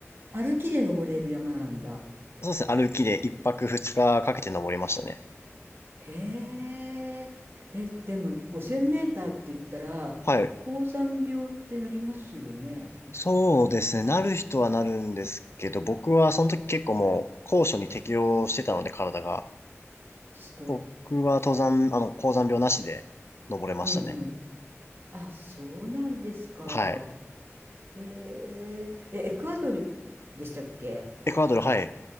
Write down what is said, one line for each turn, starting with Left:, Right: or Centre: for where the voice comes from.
Right: 歩きで登れる山なんだ
Left: そうですね。歩きで一泊二日かかけて登りましたね。
Right: へええでも5,000メーターって言ったら高山病ってなりますよね
Left: はい。そうですね。なる人はなるんですけど、僕はその時結構もう高所に適応してたので体が。
Right: すごい
Left: 僕は登山、あの、高山病なしで登れましたね。
Right: うんうんあそうなんですか
Left: はい。
Right: へええエクアドルでしたっけ
Left: エクアドル、はい。